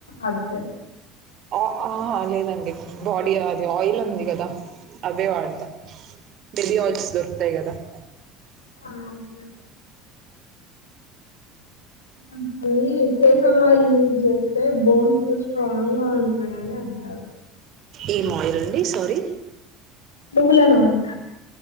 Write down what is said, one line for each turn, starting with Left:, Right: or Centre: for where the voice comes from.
Left: అంతే
Right: ఆ ఆహ లేదండి బాడీ అది ఆయిల్ ఉంది కదా అదే వాడతా బెబి ఆయిల్స్ దొరుకుతాయి కదా <inaudible>
Left: ఆఓకేఓే కొంతమంది జాస్మిన్ ఆయిల్ యూజ్ చేస్తే బోన్స్ స్ట్రాంగ్ గా ఉంటాయని అంటారు
Right: ఈ మాయిల్ అండి సారీ
Left: నువ్వులనూనె